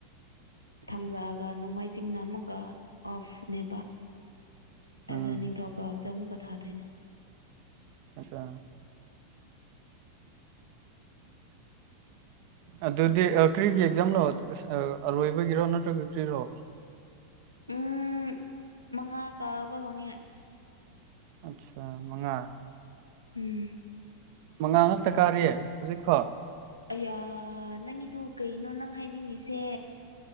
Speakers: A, on the left; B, on the right.
A: ꯊꯥꯡꯖꯥꯒ ꯅꯣꯡꯃꯥꯏꯖꯤꯡꯅ ꯑꯃꯨꯛꯀ ꯑꯣꯐꯅꯦꯕ ꯑꯗꯨꯒ
B: ꯎꯝ
A: ꯅꯤꯡꯊꯧꯀꯥꯕꯗ ꯑꯃꯨꯛꯀ ꯊꯥꯗꯣꯏꯅꯦ
B: ꯑꯆꯥ
A: <unintelligible>
B: ꯑꯗꯨꯗꯤ ꯀ꯭ꯔꯤꯒꯤ ꯑꯦꯛꯖꯥꯝꯂꯣ ꯑꯔꯣꯏꯕꯒꯤꯔꯣ ꯅꯠꯇ꯭ꯔꯒ ꯀ꯭ꯔꯤꯔꯣ
A: ꯎꯝ ꯃꯉꯥ ꯀꯥꯕ ꯍꯧꯅꯤꯡꯉꯥꯏ
B: ꯑꯠꯁꯥ ꯃꯉꯥ
A: ꯎꯝ
B: ꯃꯉꯥ ꯉꯥꯛꯇ ꯀꯥꯔꯤ ꯍꯧꯖꯤꯛꯐꯥꯎ
A: ꯑꯌꯥ ꯅꯪꯒꯤꯗꯨ ꯀꯩꯅꯣ ꯅꯪ ꯍꯥꯏꯅꯤꯡꯉꯤꯁꯦ